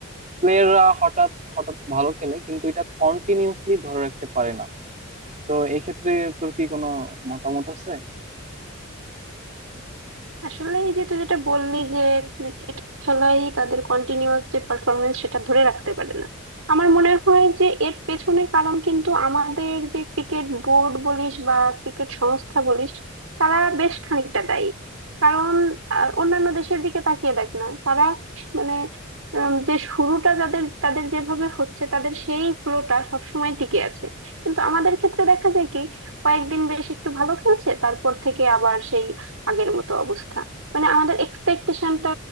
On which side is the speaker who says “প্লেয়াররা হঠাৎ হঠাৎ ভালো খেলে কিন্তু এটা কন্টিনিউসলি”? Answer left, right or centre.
Right